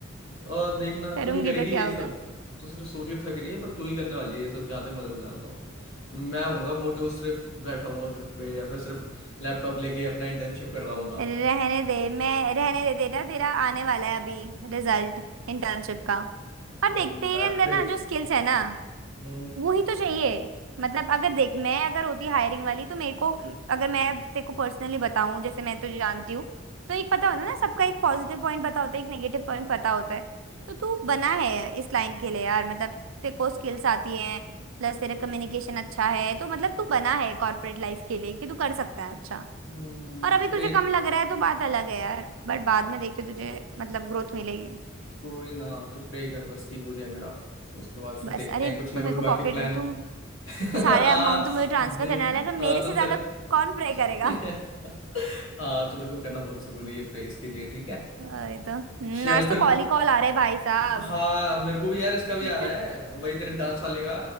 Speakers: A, on the left (about 75°); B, on the right (about 85°).
A: और देखना
B: करूंगी
A: तू ही करेगी
B: तो क्या
A: ये
B: होगा
A: सब तू सिर्फ सोच के थक रही है पर तू ही करने वाली है ये सब जहाँ तक मैं तेरे को जानता हूँ मैं हूँगा वो जो सिर्फ बैठा हूँ घर पे या फिर सिर्फ लैपटॉप लेके अपना इंटर्नशिप कर रहा हूँ
B: रहने दे मैं रहने दे बेटा तेरा आने वाला है अभी रिजल्ट इंटर्नशिप का और
A: तो
B: देखते
A: यार
B: ही अंदर
A: प्रे
B: ना जो स्किल्स है ना
A: हम्म
B: वो ही तो चाहिए मतलब अगर देख मैं अगर होती हायरिंग वाली तो मेरे को अगर मैं तेरे को पर्सनली बताऊं जैसे मैं तो जानती हूँ तो एक पता होता है ना सबका एक पॉजिटिव पॉइंट पता होता है एक नेगेटिव पॉइंट पता होता है तो तू बना है इस लाइन के लिए यार मतलब तेरे को स्किल्स आती हैं प्लस तेरा कम्युनिकेशन अच्छा है तो मतलब तू बना है कॉर्पोरेट लाइफ के लिए कि तू कर सकता है अच्छा
A: हम्म
B: और अभी तुझे
A: प्रे
B: कम लग रहा है तो बात अलग है यार बट बाद में देखियो तुझे मतलब ग्रोथ मिलेगी
A: कोई ना तू प्रे कर बस कि हो जाए मेरा उसके बाद फिर
B: बस
A: देखते
B: अरे
A: हैं कुछ
B: तू
A: ना
B: मेरे
A: कुछ
B: को पॉकेट
A: बाकी प्लान
B: तुम
A: <laughs>
B: तो सारे
A: हाँ
B: अमाउंट तो मुझे ट्रांसफर
A: देख
B: करने वाला है तो मेरे
A: हाँ तो
B: से ज्यादा
A: तेरे को
B: कौन प्रे करेगा
A: <laughs> हाँ तो तेरे को करना बहुत जरूरी है प्रेस के लिए ठीक है
B: वही तो हम्म
A: चल
B: आज
A: फिर
B: तो कॉल ही कॉल आ रहे हैं भाई साहब
A: हाँ मेरे को भी यार इसका भी
B: <laughs>
A: आ रहा है वही तेरे डांस वाले का